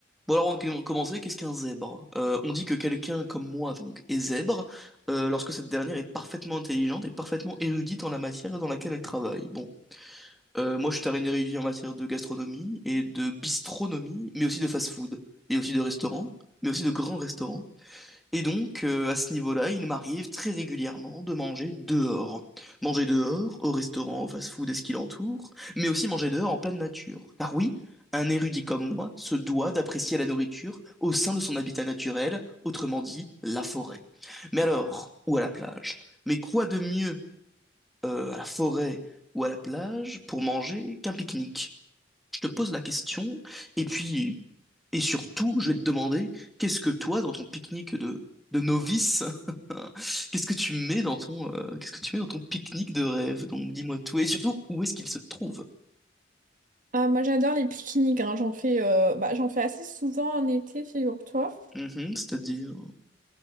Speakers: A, in the centre; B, on the right.
A: Bon alors on de commencer, qu'est-ce qu'un zèbre? Euh, on dit que quelqu'un comme moi donc est zèbre euh, lorsque cette dernière est parfaitement intelligente et parfaitement érudite en la matière dans laquelle elle travaille. Bon, Euh, moi je suis un érudit en matière de gastronomie et de bistronomie, mais aussi de fast-food, et aussi de restaurant, mais aussi de grands restaurants. Et donc, euh, à ce niveau-là, il m'arrive très régulièrement de manger dehors. Manger dehors, au restaurant, au fast-food et ce qui l'entoure, mais aussi manger dehors en pleine nature. Car oui, un érudit comme moi se doit d'apprécier la nourriture au sein de son habitat naturel, autrement dit, la forêt. Mais alors, ou à la plage? Mais quoi de mieux, euh, à la forêt ou à la plage pour manger qu'un pique-nique? je te pose la question, et puis, et surtout, je vais te demander, qu'est-ce que toi, dans ton pique-nique de, de novice, <laughs> qu'est-ce que tu mets dans ton, euh, qu'est-ce que tu mets dans ton pique-nique de rêve? Donc, dis-moi tout, et surtout, où est-ce qu'il se trouve?
B: Ah, moi j'adore les pique-niques, hein. J'en fais, euh, bah, j'en fais assez souvent en été, figure-toi.
A: Mhm, c'est-à-dire,